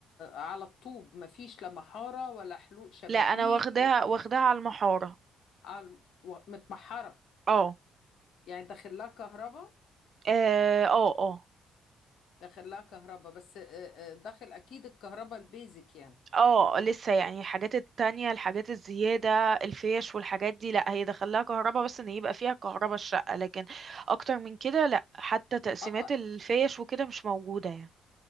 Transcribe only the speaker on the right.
لا انا واخداها
واخداها على المحارة
اه
اه اه آه.
اه لسه يعني الحاجات التانية الحاجات الزيادة الفيش والحاجات دي لا هي دخلها كهرباء بس ان يبقى فيها كهرباء الشقة لكن اكتر من كده لا حتى تقسيمات
الفيش وكده مش موجودة يعني